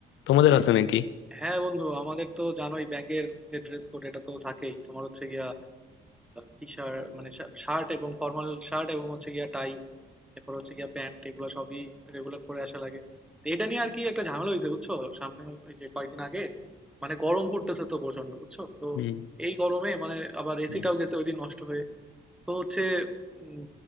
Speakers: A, on the left (about 80°); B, in the centre.
A: তোমাদের আছে নাকি
B: হ্যাঁ বন্ধু আমাদের তো জানোই ব্যাংকের যে ড্রেস কোড এটা তো থাকেই তোমার হচ্ছে গিয়া টি শার্ট মানে শার্ট এবং ফর্মাল শার্ট এবং হচ্ছে গিয়া টাই এরপর হচ্ছে গিয়ে প্যান্ট এগুলো সবই রেগুলার পরে আসা লাগে তো এটা নিয়ে আর কি একটা ঝামেলা হয়েছে বুঝছো সামনে ওই ওই যে কয়েকদিন আগে মানে গরম পড়তেছে তো প্রচন্ড বুঝছো তো
A: হুম
B: এই গরমে মানে আবার এসিটাও
A: হুম
B: গেছে ওইদিন নষ্ট হয়ে তো হচ্ছে উম,